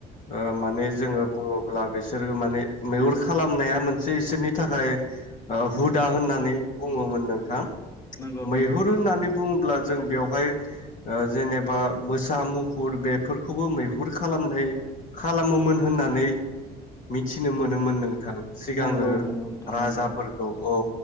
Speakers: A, on the left; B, on the left.
A: ओ माने जोङो बुङोब्ला बिसोरो माने मैहुर खालामनाया मोनसे इसोरनि थाखाय ओ हुदा होननानै बुङोमोन नोंथां।
B: नंगौ
A: मैहुर
B: नंगौ नोंथां
A: होननानै बुङोब्ला जों बेवहाय ओ जेनेबा मोसा मुफुर बेफोरखौबो मैहुर खालामनाय खालामोमोन होननानै मिथिनो मोनोमोन नों थां
B: नंगौ
A: सिगाङो
B: नंगौ नोंथां
A: राजाफोरखौ
B: नंगौ
A: औ